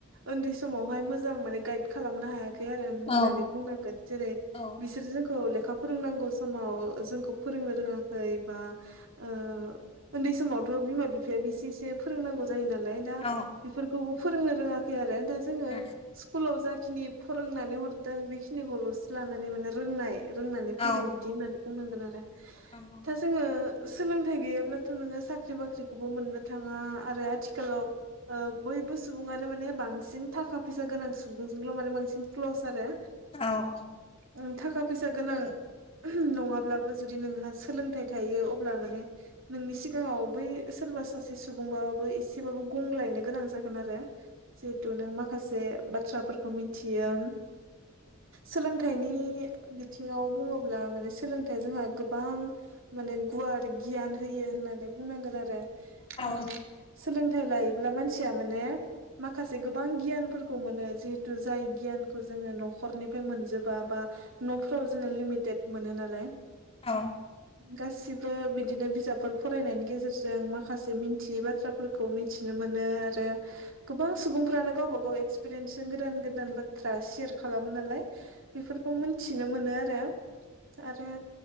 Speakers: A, on the right (about 65°); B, on the left (about 25°).
A: उन्दै बै समावहाय मोजां माने गाइड खालामनो हायाखै। आरो होननानै
B: औ
A: बुंनांगोन जेरै
B: औ
A: बिसोर जोंखौ लेखा फोरोंनांगौ समाव जोंखौ फोरोंनो रोङाखै एबा ओ उन्दै समावथ' बिमा-बिफाया बेसे एसे फोरोंनांगौ जायो नालाय दा
B: औ
A: बेफोरखौबो फोरोंनो रोङाखै आरो दा जोङो
B: उम
A: स्कुलाव जाखिनि दिनि फोरोंनानै हरदों बेखिनिखौल'सो लानानै माने रोंनाय रोंनानै
B: औ
A: फैदों बिदि होननानै बुंनांगोन आरो
B: नंगौ
A: दा जोङो। सोलोंथाइ गैयाब्लाथ' नोङो साख्रि बाख्रिखौबो मोननो थाङा आरो आथिखालाव ओ बयबो सुबुङानो माने बांसिन थाखा फैसा गोनां सुबुंजोंल' माने बांसिन क्ल‌'स आरो।
B: औ औ
A: ओं थाखा फैसा गोनां नङाब्लाबो जुदि नोंहा सोलोंथाइ थायो अब्ला माने नोंनि सिगाङाव बै सोरबा सासे सुबुं बा एसेबाबो गंग्लायनो गोनां जागोन आरो। जिहेथु नों माखासे बाथ्राफोरखौ मिथियो सोलोंथाइनि - बिथिङाव बुङोब्ला माने सोलोंथाइया जोंहा गोबां माने गुवार गियान होयो होननानै बुंनांगोन आरो। ओ
B: औ
A: सोलोंथाइ लायोब्ला मानसिया माने माखासे गोबां गियानफोरखौ मोनो जिहेतु जाय गियानखौ जोङो न'खरनिफ्राय मोनजोबा बा न'फोराव जोङो लिमिटेड मोनो नालाय।
B: औ
A: गासिबो बिदिनो बिजाबफोर फरायनायनि गेजेरजों माखासे मिथियै बाथ्राफोरखौ मिथिनो मोनो। आरो गोबां सुबुंफ्रानो गावबा गाव एक्सपिरियेन्सजों गोदान-गोदान बाथ्रा शेयार खालामो नालाय। बेफोरखौ मोनथिनो मोनो आरो आरो